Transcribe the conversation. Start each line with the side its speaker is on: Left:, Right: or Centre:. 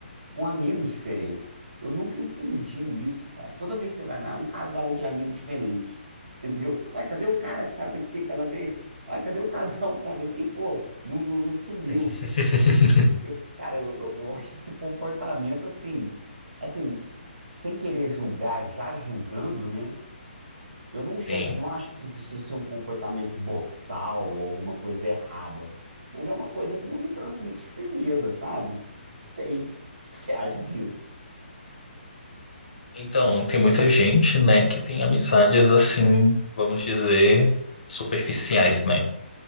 Right: com amigos diferentes. Eu nunca entendi isso, cara. Toda vez que você vai lá, é um casal de amigo diferente. <laughs> Entendeu? Ué, cadê o cara que estava aqui aquela vez? Ué, cadê o casal que estava aqui? Pô, não, não, não sumiu.
Left: <laughs>
Right: Eu, cara, eu, eu eu acho esse comportamento assim, assim, sem querer julgar, já julgando, né? Eu não
Left: Sim.
Right: chego, não acho que assim, precisa ser um comportamento boçal ou alguma coisa errada, mas é uma coisa que não me transmite firmeza, sabe? Não sei. O que que você acha disso?
Left: Então, tem muita gente, né, que tem amizades assim, vamos dizer, superficiais, né?